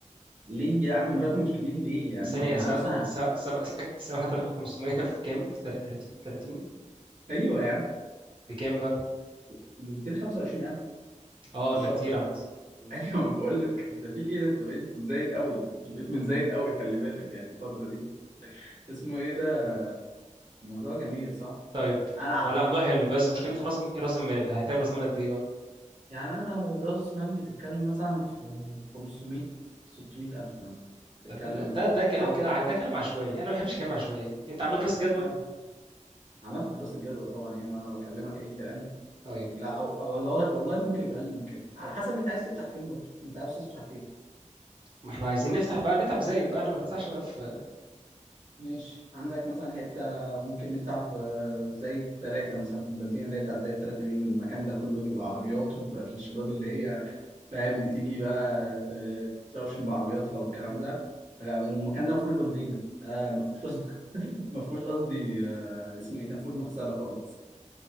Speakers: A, on the right; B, on the right.
A: ليه يا عم رقم مش كبير ليه يا عم
B: ثانية
A: احنا
B: س-
A: اصلا ه-
B: س- سبعة <laughs> سبعة آلاف خمسمية في كام؟ في تلاتين تلاتين
A: ايوه يا عم
B: بكام بقى؟
A: ب 225000
B: اه
A: في الشهر
B: ده كتير عامة
A: <laughs>
B: م.
A: ايوه ما بقول لك انت في ايه ده انت بقيت زايد قوي بقيت من زايد قوي خلي بالك يعني الفتره دي اسمه ايه ده الموضوع جميل صح؟
B: طيب
A: أنا
B: هو لا موضوع حلو ده بس مشكلته في راس راس المال هيحتاج راس مال قد ايه بقى؟
A: يعني أنا راس مال بتتكلم مثلا في 500 600 ألف مثلا بتتكلم
B: طيب يعني ده ده كلام
A: أو
B: كده ع- ده كلام عشوائي انا ما بحبش الكلام العشوائي انت عملت دراسة جدوى؟
A: آه. عملت دراسة جدوى طبعا يعني وأنا بكلمك أي كلام
B: طيب
A: لا أو, أو والله والله ممكن يبقى أقل من كده على حسب أنت عايز تفتح فين برضه أنت عايز تفتح إيه؟
B: ما احنا عايزين نفتح بقى نفتح في زايد بقى انا ما نفتحش انا في
A: ماشي عندك مثلا حتة ممكن نفتح ب- زي ثلاثة مثلا في البنزينة اللي هي بتاعت زي الثلاثة دي المكان ده كله بيبقى عربيات وبيبقى الشباب اللي هي فاهم بتيجي بقى ت- تتروشن بعربياتها والكلام ده آه، والمكان ده ما فيهوش بنزينة آه ما فيهوش قصدي <laughs> ما فيهوش قصدي آه اسمه ايه ده ما فيهوش مغسلة خالص